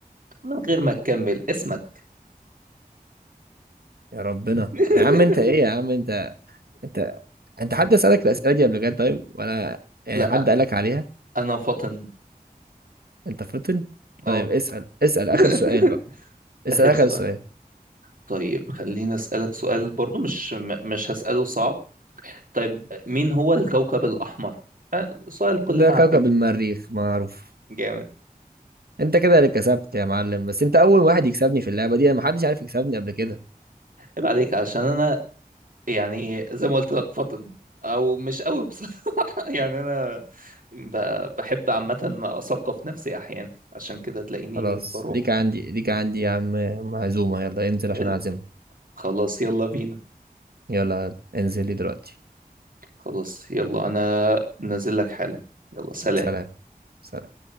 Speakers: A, on the right; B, on the right.
A: من غير ما تكمل اسمك
B: يا ربنا
A: <laughs>
B: يا عم انت ايه يا عم انت انت انت حد سالك الاسئله دي قبل كده طيب ولا يعني
A: لا
B: حد قالك عليها
A: انا فاطن
B: انت فطن
A: اه
B: طيب اسال اسال اخر
A: <laughs>
B: سؤال بقى اسال
A: اخر
B: اخر
A: سؤال
B: سؤال
A: طيب خليني اسالك سؤال برضو مش م- مش هساله صعب طيب مين هو الكوكب الاحمر أه... سؤال كلنا
B: ده كوكب
A: عارفين
B: المريخ معروف
A: جامد
B: انت كده اللي كسبت يا معلم بس انت اول واحد يكسبني في اللعبه دي انا محدش عارف يكسبني قبل كده
A: عيب عليك عشان انا يعني زي ما قلت لك فطن او مش قوي بصراحه <laughs> يعني انا ب- بحب عامه اثقف نفسي احيانا عشان كده تلاقيني
B: خلاص
A: بروح
B: ليك عندي ليك عندي يا عم معزومة يلا انزل عشان
A: ال-
B: اعزمك
A: خلاص يلا بينا
B: يلا يلا، انزل لي دلوقتي
A: خلاص يلا انا نازل لك حالا يلا سلام
B: سلام سلام